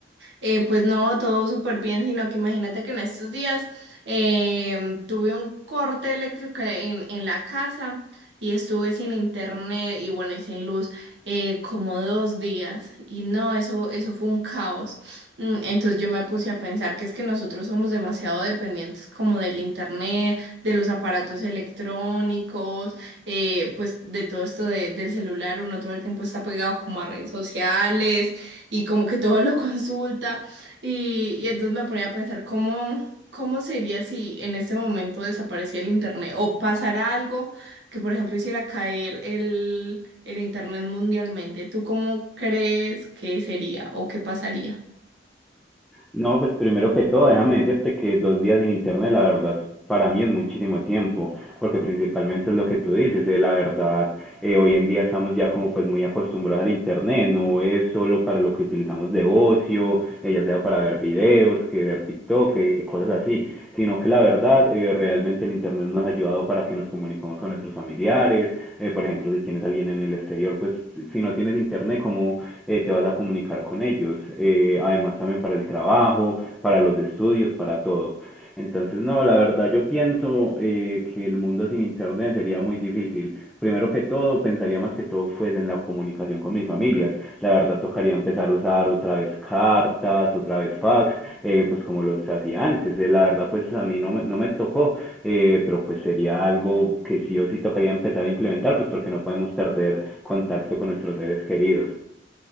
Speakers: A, on the right (about 70°); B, in the centre.
A: eh, pues no, todo súper bien, sino que imagínate que en estos días em, tuve un corte eléctrico en, en la casa y estuve sin internet y bueno, y sin luz eh, como dos días y no, eso, eso fue un caos. Mm, Entonces yo me puse a pensar que es que nosotros somos demasiado dependientes como del internet, de los aparatos electrónicos, eh, pues de todo esto de- del celular, uno todo el tiempo está pegado como a redes sociales y como que todo lo <laughs> consulta y, y entonces me ponía a pensar cómo, cómo sería si en ese momento desapareciera el internet o pasara algo que por ejemplo hiciera caer el, el internet mundialmente. ¿Tú cómo crees que sería o qué pasaría?
B: No, pues primero que todo, déjame decirte que dos días sin internet, la verdad, es- para mí es muchísimo tiempo, porque principalmente es lo que tú dices, eh, la verdad, eh, hoy en día estamos ya como pues muy acostumbrados al internet, no es solo para lo que utilizamos de ocio, eh, ya sea para ver videos, que ver TikTok, que cosas así, sino que la verdad, eh, realmente el Internet nos ha ayudado para que nos comuniquemos con nuestros familiares, eh, por ejemplo, si tienes a alguien en el exterior, pues si no tienes Internet, ¿cómo eh, te vas a comunicar con ellos? Eh, además también para el trabajo, para los estudios, para todo. Entonces, no, la la verdad yo pienso eh, que el mundo sin internet sería muy difícil. Primero que todo, pensaría más que todo fuese en la comunicación con mis familias. La verdad tocaría empezar a usar otra vez cartas, otra vez fax, eh, pues como los hacía antes. Eh, la verdad pues a mí no me, no me tocó, eh, pero pues sería algo que sí o sí tocaría empezar a implementar, pues porque no podemos perder contacto con nuestros seres queridos.